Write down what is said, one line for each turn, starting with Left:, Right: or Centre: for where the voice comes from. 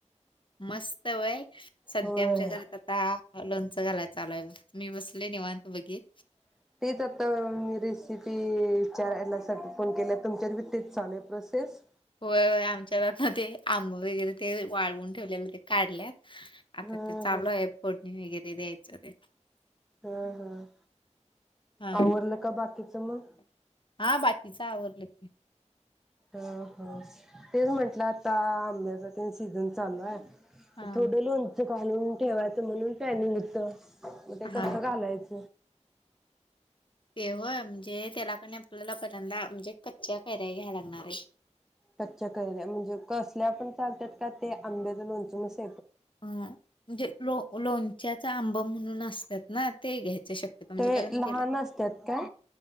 Left: मस्त व्हय सध्या
Centre: होय
Left: आमच्या घरात आता लोण च घालायच चालूय बघ मी बसले निवांत बघित
Centre: <unintelligible> तर रेसिपी विचाराण्यासाठी फोन केला तुमच्यावर बी तेच चालू आहे प्रोसेस
Left: होय होय आमच्या आता ते आंब वगैरे ते वाळवून ठेवलेलं काढल्यात आता
Centre: हं
Left: ते चालू
Centre: हं
Left: आहे फोडणी वगैरे द्यायचं ते
Centre: हं हं
Left: हा
Centre: आवरलं का बाकीचं मग
Left: हा बाकीच आवर <inaudible>
Centre: अ हो तेच म्हंटलं आता आंब्याचा तेनं सीझन चालू आहे.
Left: हा
Centre: थोड लोण घालून ठेवायचं म्हणून प्लॅनिंग होत. म ते
Left: हा
Centre: कसं घालायच
Left: ते होय म्हणजे त्याला कणी आपल्याला पहिल्यांदा म्हणजे कच्च्या कैऱ्या घ्यायला लागणारये.
Centre: कच्च्या कैऱ्या म्हणजे कसल्या पण चालत्यात का ते आंब्याचं लोणचं नुस
Left: अ म्हणजे लो लोणच्याचा आंब म्हणून अस त्यात ना ते घ्याय शकतो म्हणजे
Centre: ते
Left: कारण
Centre: लहान
Left: त्याला
Centre: असतात काय